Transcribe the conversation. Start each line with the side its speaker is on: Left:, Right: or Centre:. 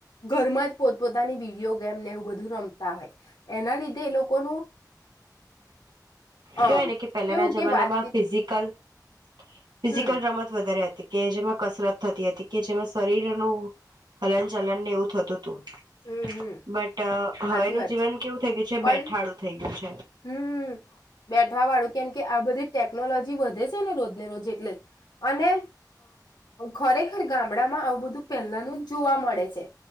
Left: ઘરમાં જ પોત પોતાની વિડીયો ગેમને એવું બધું રમતા હોય, એના લીધે એ લોકોનું
Right: કેવાય
Left: અમ
Right: ને કે પહેલાના
Left: કેવું
Right: જમાનામાં
Left: કે વાતચીત
Right: ફિઝિકલ ફિઝિકલ
Left: હમ
Right: રમત વધારે હતી. કે જેમાં કસરત થતી હતી કે જેમાં શરીરનું હલન ચલન ને એવું થતું હતું.
Left: હમ હમ
Right: બટ
Left: સાચી
Right: હવેનું
Left: વાત
Right: જીવન
Left: છે
Right: કેવું થઈ ગયું બેઠાડું
Left: પણ
Right: થઈ. <inaudible>
Left: હમ, બે વાળું કેમ કે આ બધી ટેકનોલોજી વધે છે ને રોજને રોજ એટલે, અને ખરેખર ગામ ગામડામાં આવું બધું પહેલાનું જોવા મળે છે.